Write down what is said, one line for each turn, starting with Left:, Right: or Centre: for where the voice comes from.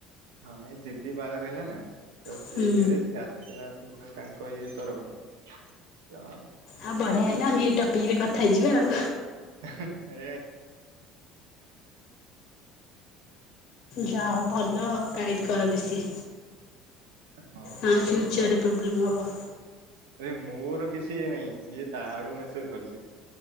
Right: ହଁ ଏଇ ଦିଦି ବାହାଘର ହେଲା ନା ତ
Left: ହୁଁ
Right: ସେ ଇଏରେ ସେ ଆସ ଥିଲା ସେଥିପାଇଁ ତାଙ୍କ ଇଏ ତରଫରୁ। ତ
Left: ଆ ବଢିଆ
Right: ସେଇଠି
Left: ହେଲା ଆମେ ଏଇ ଟପିକ୍ ରେ କଥା ହେଇଯିବା ଆଉ।
Right: ହିଁ ହିଁ ଏ
Left: ଯା ହଉ ଭଲ ଆଉ ଗାଇଡ କର ବେଶୀ।
Right: ହଁ।
Left: ପୁଣି ଫ୍ୟୁଚର ରେ ପ୍ରୋବ୍ଲେମ୍ ହବ।
Right: ଆରେ ମୋର କିଛି ଇଏ ନାହିଁ ସିଏ ତା ଆଡୁ ମେସେଜ୍ କରିଚି।